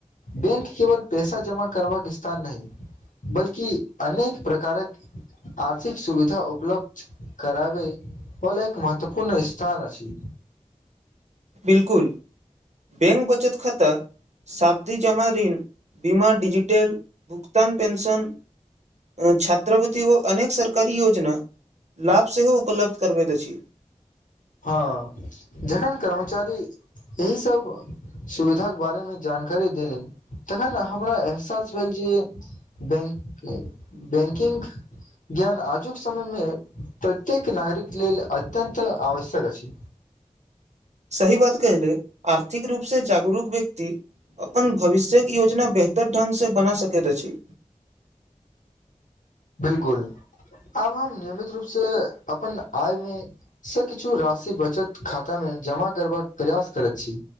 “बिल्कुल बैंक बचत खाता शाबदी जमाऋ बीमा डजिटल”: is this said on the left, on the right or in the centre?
Right